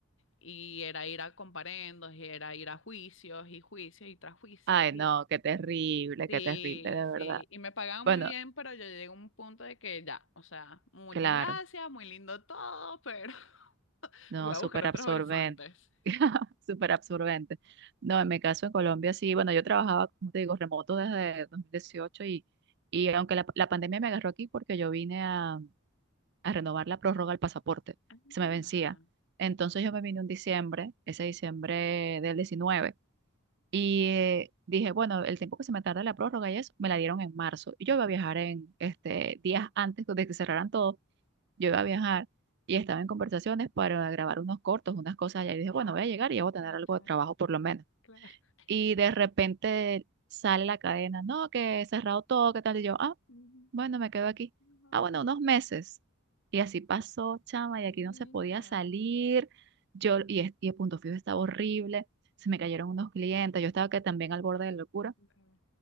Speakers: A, on the left; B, on the right.
A: Y era ir a comparendos, y era ir a juicios y juicios y tras juicios
B: Ay, no, qué terrible,
A: Sí,
B: qué terrible, de verdad.
A: sí, y me pagaban
B: Bueno,
A: muy bien, pero yo llegué a un punto de que ya, o sea, muchas
B: claro,
A: gracias, muy lindo todo, pero <laughs>
B: no,
A: voy a
B: súper
A: buscar otros
B: absorbente,
A: horizontes.
B: <laughs> súper absorbente. No, en mi caso en Colombia sí, bueno, yo trabajaba, como te digo, remoto desde 2018 y, y aunque la, la pandemia me agarró aquí porque yo vine a, a renovar la prórroga del pasaporte,
A: Ah,
B: se
A: mira,
B: me vencía. Entonces yo me vine un diciembre, ese diciembre del 19 Y eh, dije, bueno, el tiempo que se me tarda la prórroga y eso, me la dieron en marzo. Y yo iba a viajar en este, días antes de que cerraran todo, yo iba a viajar y estaba en conversaciones para grabar unos cortos, unas cosas allá. Y dije, bueno, voy a llegar y ya voy a tener
A: aprovechar,
B: algo de trabajo por lo menos.
A: claro. <laughs>
B: Y de repente sale la cadena, no, que he cerrado todo, ¿qué tal? Y yo, ah,
A: Mm,
B: bueno, me quedo aquí.
A: no,
B: Ah, bueno, unos meses. Y así pasó, chama, y
A: Mira,
B: aquí no se podía salir. Yo, y, es- y el punto fijo estaba horrible. Se me cayeron unos clientes. Yo estaba que también al borde de la locura.
A: no,